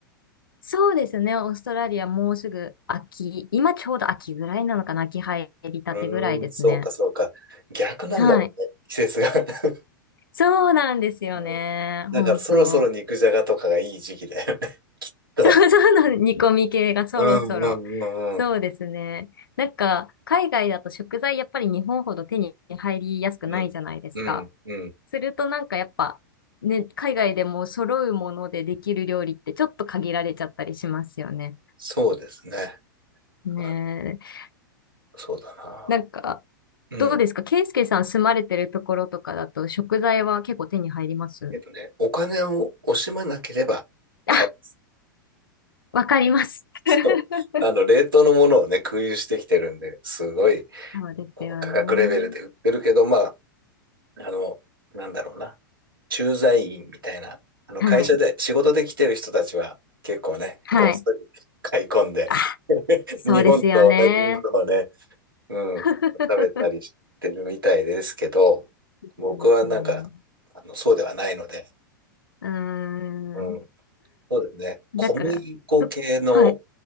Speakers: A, on the left; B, on the right.
A: そうですね。オーストラリアもうすぐ秋、今ちょうど秋ぐらいなのかな。秋入りたてぐらいですね。
B: うーん、そうか、そうか。逆なんだもんね、
A: はい。
B: 季節が。<laughs>
A: そうなんですよね。
B: うん、<laughs> だから、
A: 本当。
B: そろそろ肉じゃがとかがいい時期だよね。<laughs> と。
A: そうそうなん煮込み系がそろそろ。
B: うんうんうんうん。
A: そうですね。なんか、海外だと食材やっぱり日本ほど手に入りやすくないじゃないですか。
B: うん、うん、うん。
A: するとなんかやっぱ、ね、海外でも揃うものでできる料理ってちょっと限られちゃったりしますよね。
B: そうですね。
A: ねえ。
B: あ、そうだな。
A: なんか、
B: うん。
A: どうですかケイスケさん住まれてるところとかだと食材は結構手に入ります
B: えっとね、お金を惜しまなければ買える。
A: あ、わかります。<laughs>
B: そう。あの、冷凍のものをね、空輸してきてるんで、すごい
A: そうですよね。
B: あの価格レベルで売ってるけど、まあ、あの、なんだろうな。駐在員みたいな、あの、
A: はい。
B: 会社で、仕事で来てる人たちは、結構ね、
A: はい。
B: ごっそり買い込んで、
A: あ、
B: <laughs>
A: そうですよね。
B: 日本と同じものをね、うん、
A: <laughs>
B: 食べたりしてるみたいですけど、
A: いいですね。
B: 僕はなんか、あの、そうではないので、
A: うーん。
B: うん、そうですね。
A: だから、
B: 小麦粉系の、
A: ふはい。